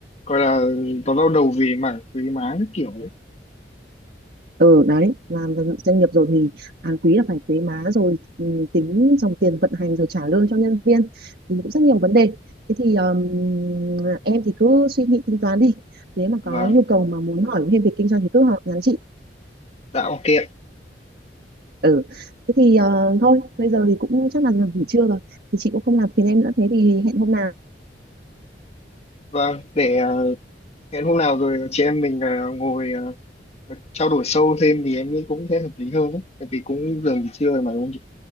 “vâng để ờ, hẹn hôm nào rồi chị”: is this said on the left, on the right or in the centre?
Left